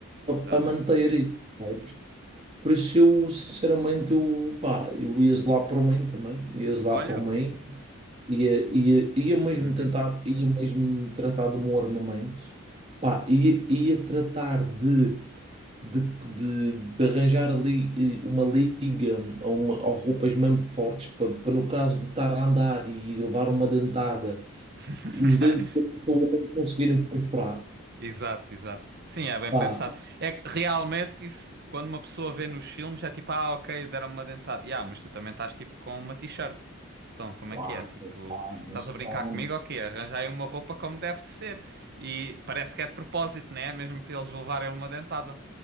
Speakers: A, on the right; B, on the right.
A: exato.
B: para manter isso. Por isso eu, sinceramente, eu, pá, eu ia zelar por mim também, ia zelar
A: Olha,
B: por mim, ia, ia, ia mesmo
A: uhum.
B: tentar, ia mesmo tratar de um armamento, pá, ia, ia tratar de, de, de, de arranjar ali eh, uma liga ou, uma, ou roupas mesmo fortes para, no caso de estar a andar e levar uma dentada,
A: <laughs>
B: os dentes da pessoa não conseguirem perfurar.
A: Exato, exato. Sim, é bem
B: Pá,
A: pensado. É que realmente isso, quando uma pessoa vê nos filmes, é tipo, ah, ok, deram-me uma dentada. Yeah, mas tu também estás tipo com uma t-shirt. Então, como
B: Claro,
A: é que é? Tipo,
B: claro, mas
A: estás
B: então,
A: a brincar comigo? Ok, arranja aí uma roupa como deve de ser. E parece que é de propósito, né? Mesmo para eles levarem uma dentada.